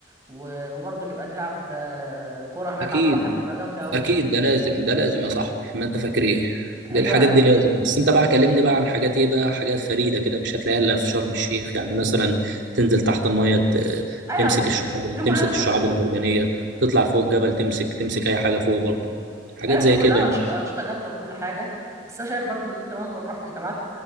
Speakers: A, on the right (about 15°); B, on the right (about 70°).
A: و... وبرضه نبقى نلعب آه، كوره هناك
B: اكيد
A: على البحر تبقى جامده
B: اكيد
A: قوي
B: ده لازم ده لازم يا صاحبي ما انت فاكر ايه
A: ايوه
B: دي الحاجات دي لازم بس انت بقى كلمني بقى عن حاجات ايه بقى حاجات فريده كده مش هتلاقيها الا في شرم الشيخ يعني مثلا تنزل تحت الميه ت-
A: ايوه
B: تمسك الشعاب
A: د- دي كلها
B: تمسك الشعاب
A: دي
B: المرجانيه تطلع فوق الجبل تمسك تمسك اي حاجه فوق برضو حاجات
A: ايوه دي
B: زي
A: كلها
B: كده
A: انشطه انشطه جامده وكل حاجه بس انا شايف برضو ان انت مهما رحت انت معاك